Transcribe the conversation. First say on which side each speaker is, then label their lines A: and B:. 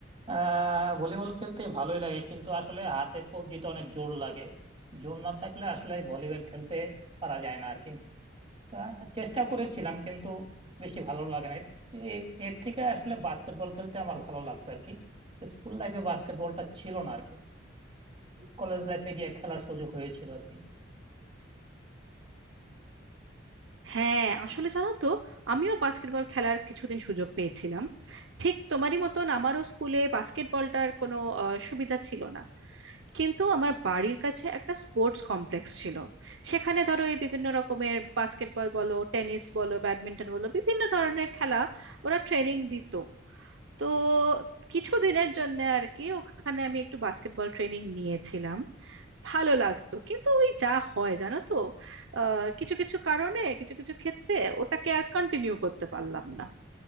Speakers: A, on the right; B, on the right.
A: আহ ভলিবল খেলতে ভালোই লাগে কিন্তু আসলে হাতের কবজিতে অনেক জোর লাগে জোর না থাকলে আসলে ভলিবল খেলতে পারা যায় না আর কি আহ, চেষ্টা করেছিলাম কিন্তু বেশি ভালো লাগে না এটা- এ- এর থেকে আসলে বাস্কেটবল খেলতে আমার ভালো লাগতো আর কি স্কুল লাইফে বাস্কেটবলটা ছিল না আর কি কলেজ লাইফে গিয়ে খেলার সুযোগ হয়েছিল আর কি
B: হ্যাঁ আসলে জানো তো আমিও বাস্কেটবল খেলার কিছুদিন সুযোগ পেয়েছিলাম ঠিক তোমারই মতন আমারও স্কুলে বাস্কেটবলটার কোনো আহ, সুবিধা ছিল না কিন্তু আমার বাড়ির কাছে একটা স্পোর্টস কমপ্লেক্স ছিল সেখানে ধরো এই বিভিন্ন রকমের বাস্কেটবল বলো টেনিস বলো ব্যাডমিন্টন বলো বিভিন্ন ধরনের খেলা ওরা ট্রেনিং দিত তো কিছুদিনের জন্য আর কি ওখানে আমি একটু বাস্কেটবল ট্রেনিং নিয়েছিলাম ভালো লাগতো কিন্তু ওই যা হয় জানো তো আহ, কিছু কিছু কারণে কিছু কিছু ক্ষেত্রে ওটাকে আর কন্টিনিউ করতে পারলাম না